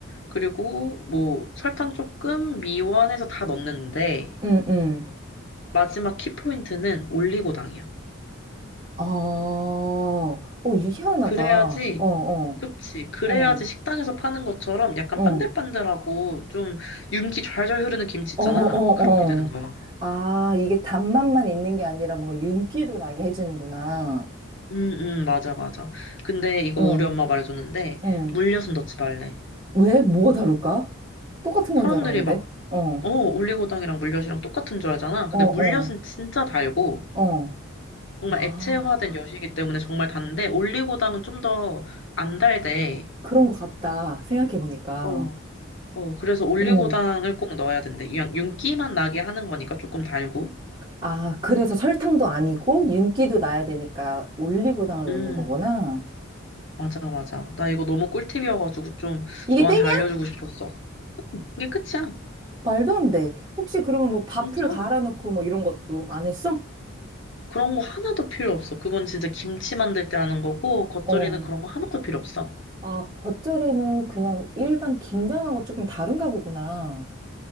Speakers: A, on the left; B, on the right.
A: 그리고 뭐 설탕 조금 미원해서 다 넣는데
B: 응, 응.
A: 마지막 키포인트는 올리고당이야.
B: 아, 어, 이게 희한하다.
A: 그래야지,
B: 어, 어,
A: 그치. 그래야지
B: 어,
A: 식당에서 파는 것처럼 약간
B: 어,
A: 반들반들하고 좀 윤기 좌절 흐르는 김치
B: 어,
A: 있잖아.
B: 어,
A: 그렇게 되는
B: 어.
A: 거야.
B: 아, 이게 단맛만 있는 게 아니라 뭔가 윤기도 나게 해주는구나.
A: 음, 음, 맞아, 맞아. 근데 이거
B: 응,
A: 우리 엄마 말해줬는데
B: 응.
A: 물엿은 넣지 말래.
B: 왜? 뭐가 다를까? 똑같은 건
A: 사람들이
B: 줄 알았는데.
A: 막,
B: 어,
A: 어, 올리고당이랑 물엿이랑 똑같은 줄 알잖아. 근데
B: 어,
A: 물엿은
B: 어,
A: 진짜 달고
B: 어.
A: 정말
B: 아,
A: 액체화된 엿이기 때문에 정말 단데 올리고당은 좀 더 안 달대.
B: 그런 것 같다. 생각해보니까.
A: 어. 어, 그래서 올리고당을
B: 음.
A: 꼭 넣어야 된대. 그냥 윤기만 나게 하는 거니까 조금 달고.
B: 아, 그래서 설탕도 아니고 윤기도 나야 되니까 올리고당을
A: 음,
B: 넣는 거구나.
A: 맞아, 맞아. 나 이거 너무 꿀팁이어가지고 좀
B: 이게
A: 너한테
B: 땡이야?
A: 알려주고 싶었어. 이게 끝이야.
B: 말도 안 돼. 혹시 그러면 뭐 밥풀
A: 진짜.
B: 갈아 넣고 뭐 이런 것도 안 했어?
A: 그런 거 하나도 필요 없어. 그건 진짜 김치 만들 때 하는 거고, 겉절이는
B: 어.
A: 그런 거 하나도 필요 없어.
B: 아, 겉절이는 그냥 일반 김장하고 조금 다른가 보구나.